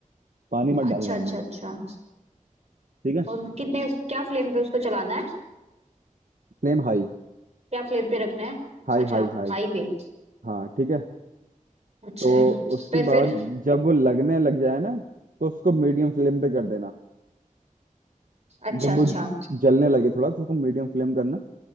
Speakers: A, on the right (about 75°); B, on the right (about 50°).
A: पानी मत डालना
B: अच्छा अच्छा
A: एकदम
B: अच्छा
A: ठीक है
B: और कितने क्या फ्लेम पे उसको चलाना है
A: Flame high
B: क्या फ्लेम पे रखना है
A: high
B: अच्छा
A: high high
B: हाई पे
A: हाँ ठीक है
B: अच्छा
A: तो उसके
B: फिर फिर
A: बाद जब वो लगने लग जाए ना तो उसको मीडियम फ्लेम पे कर देना
B: अच्छा
A: जब
B: अच्छा
A: वो जलने लगे थोड़ा तो उसको मीडियम फ्लेम करना